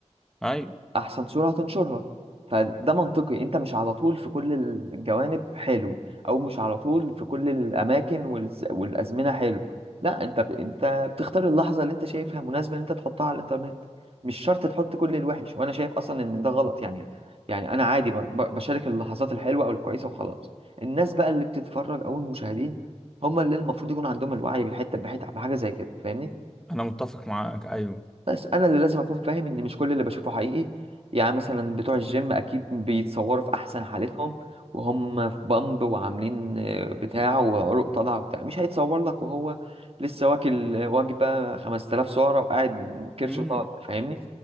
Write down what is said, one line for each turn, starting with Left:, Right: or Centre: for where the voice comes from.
Centre: أيوه
Right: احسن صورة هتنشرها فده منطقي انت مش على طول في كل الجوانب حلو او مش على طول في كل الاماكن والز... والازمنة حلو لا انت ب... انت بتختار اللحظة اللي انت شايفها مناسبة ان انت تحطها على الانترنت مش شرط تحط كل الوحش وانا شايف اصلا ان ده غلط يعني يعني انا عادي ب... ب- بشارك اللحظات الحلوة او الكويسة وخلاص الناس بقى اللي بتتفرج او المشاهدين هم اللي المفروض يكون عندهم الوعي بالحتة بحتة بحاجة زي كده فاهمني
Centre: أنا متفق معاك أيوه
Right: بس انا اللي لازم اكون فاهم ان مش كل اللي بشوفه حقيقي يعني مثلا بتوع الجيم اكيد بيتصوروا في احسن حالتهم وهم في بامب وعاملين آه، بتاع وعروق طالعه وبتاع مش هيتصور لك وهو لسه واكل وجبه 5000 سعره وقاعد كرشه
Centre: مم.
Right: طالع فاهمني